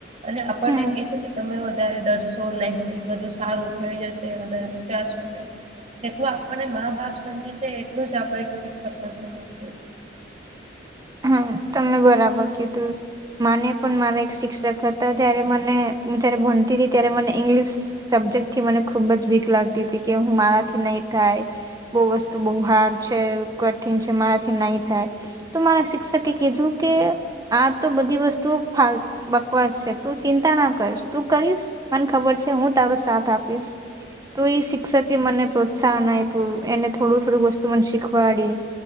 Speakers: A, on the right; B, on the right.
A: અને આપણને
B: હમ
A: કે છે કે તમે વધારે ડરશો નહી. બધું સારું થઈ જશે. વધારે વિચારશો નહી. જેટલું આપણને મા બાપ સમજે છે એટલું જ આપણે એક શિક્ષક ને સમજતું હોય છે
B: હમ તમને બરાબર કીધું મને પણ મારા એક શિક્ષક હતા જ્યારે મને હું જયારે ભણતી હતી ત્યારે મને ઇંગ્લિશ સબ્જેક્ટ થી મને ખુબ જ બીક લાગતી હતી કે હું મારાથી નહી થાય બહુ વસ્તુ બહુ હાર્ડ છે, કઠિન છે, મારાથી નહી થાય. તો મારા શિક્ષકે કીધું કે.. આ તો બધી વસ્તુઓ બકવાસ છે તું ચિંતા ના કરીશ તું કરીશ મને ખબર છે હું તારો સાથ આપીશ તો એ શિક્ષકે મને પ્રોત્સાહન આપ્યું એને થોડું થોડું વસ્તુ મને શીખવાડયુ-